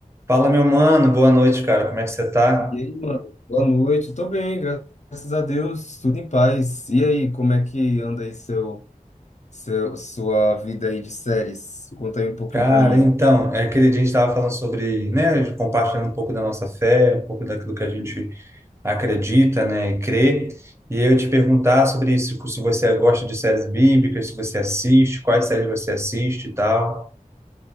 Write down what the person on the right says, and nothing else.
Fala, meu mano, boa noite, cara. Como é que você tá?
Cara,
então, é aquele dia a gente estava falando sobre, né, compartilhando um pouco da nossa fé, um pouco daquilo que a gente acredita, né, e crê. E eu te perguntar sobre isso, tipo, se você gosta de séries bíblicas, se você assiste, quais séries você assiste e tal.